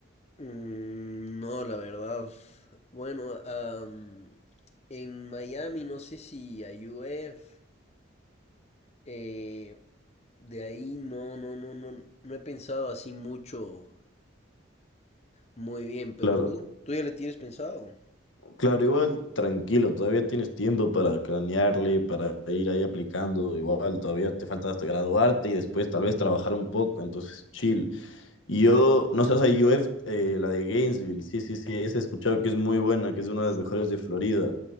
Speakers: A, on the left; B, on the left.
A: Mm, No, la verdad. Bueno, am, en Miami no sé si a UF, eh, de ahí no, no, no, no, no he pensado así mucho, muy bien, pero
B: Claro.
A: tú, tú ya le tienes pensado.
B: Claro, igual tranquilo, todavía tienes tiempo para cranearle, para ir ahí aplicando, igual todavía te falta hasta graduarte y después tal vez trabajar un poco, entonces chill. Y yo, no sé, o sea, UF, eh, la de Gainesville, sí, sí, sí, esa he escuchado que es muy buena, que es una de las mejores
A: Mm,
B: de Florida.